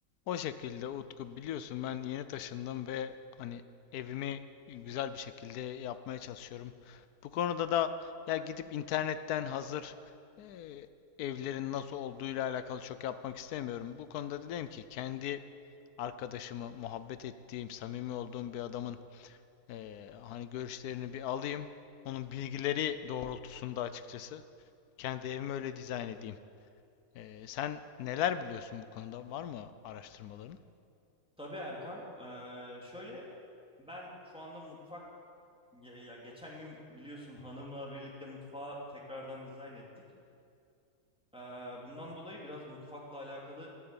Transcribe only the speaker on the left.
O şekilde Utku biliyorsun ben yeni taşındım ve hani evimi güzel bir şekilde yapmaya çalışıyorum. Bu konuda da ya gidip internetten hazır e, evlerin nasıl olduğuyla alakalı çok yapmak istemiyorum. Bu konuda dedim ki kendi arkadaşımı muhabbet ettiğim, samimi olduğum bir adamın e, hani görüşlerini bir alayım. Onun bilgileri doğrultusunda açıkçası kendi evimi öyle dizayn edeyim. E, sen neler biliyorsun bu konuda? Var mı araştırmaların?